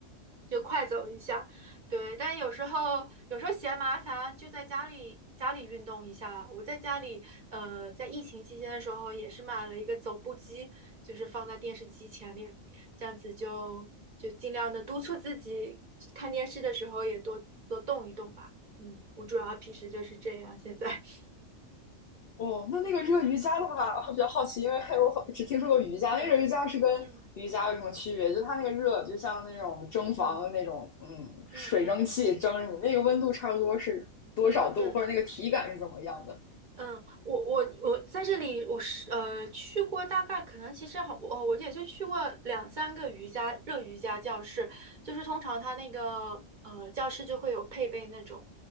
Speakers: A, on the right; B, on the left.
A: 就快走一下。对，但有时候有时候嫌麻烦，就在家里家里运动一下。我在家里，呃，在疫情期间的时候也是买了一个走步机，就是放在电视机前面，这样子就就尽量的督促自己看电视的时候也多多动一动吧。嗯，我主要平时就是这样，现在。<laughs>
B: 哦，那那个热瑜伽的话，我比较好奇，因为我好只听说过瑜伽，
A: 嗯
B: 那个热瑜伽是跟瑜伽有什么区别？
A: 嗯
B: 就它那个热，就像那种蒸房的那种，
A: 嗯嗯
B: 嗯，水蒸气蒸着你，
A: 嗯嗯
B: 那个温度差不多是多少度，
A: 嗯。
B: 或者那个体感是怎么样的？<laughs>
A: 嗯，我我我在这里，我是呃去过大概可能其实好，我我也就去过两三个瑜伽热瑜伽教室，就是通常它那个呃教室就会有配备那种，